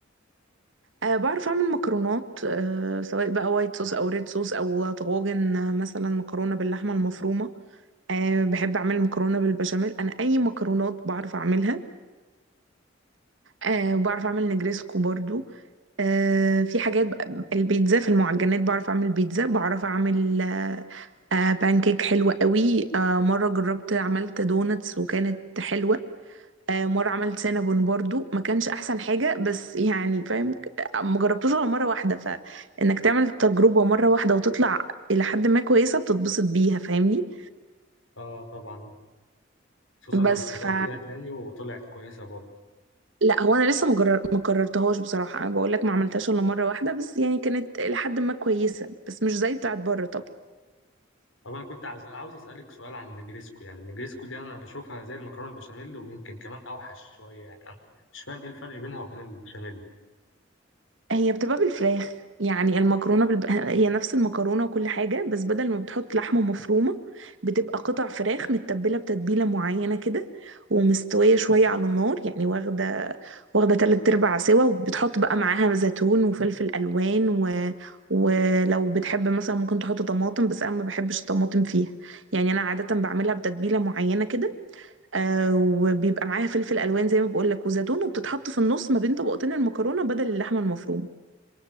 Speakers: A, on the right; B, on the left.
A: أه بعرف اعمل مكرونات أه سواء بقى وايت صوص او ريد صوص او طواجن آه، مثلا مكرونه باللحمه المفرومه أه بحب اعمل مكرونه بالبشاميل انا اي مكرونات بعرف اعملها آه وبعرف اعمل نجريسكو برضو آه في حاجات بقى- البيتزا في المعجنات بعرف اعمل بيتزا بعرف اعمل آه آه بانكيك حلوة قوي آه مرة جربت عملت دونتس وكانت حلوة آه مرة عملت سينابون برضو ما كانش احسن حاجة بس يعني فاهم ما جربتوش غير مرة واحدة فانك تعمل تجربة مرة واحدة وتطلع الى حد ما كويسة بتتبسط بيها فاهمني
B: اه طبعا خصوصا لو
A: بس
B: قررتيها
A: ف
B: تاني وطلعت كويسة برضه
A: لا هو انا لسه ما جرر- ما قررتهاش بصراحه انا بقول لك ما عملتهاش الا مره واحده بس يعني كانت لحد ما كويسه بس مش زي بتاعت بره طبعا
B: طب انا كنت عايز عاوز اسالك سؤال عن النجريسكو يعني النجريسكو دي انا بشوفها زي المكرونه البشاميل ويمكن كمان اوحش شويه يعني انا مش فاهم ايه الفرق بينها وبين البشاميل
A: هي بتبقى بالفراخ يعني المكرونة بالب... هي نفس المكرونة وكل حاجة بس بدل ما بتحط لحمة مفرومة بتبقى قطع فراخ متبلة بتتبيلة معينة كده ومستوية شوية على النار يعني واخدة واخدة تلات أرباع سوا وبتحط بقى معاها زيتون وفلفل ألوان و... ولو بتحب مثلا ممكن تحط طماطم بس أنا ما بحبش الطماطم فيها يعني أنا عادة بعملها بتتبيلة معينة كده آه وبيبقى معاها فلفل ألوان زي ما بقول لك وزيتون وبتتحط في النص ما بين طبقتين المكرونة بدل اللحمة المفرومة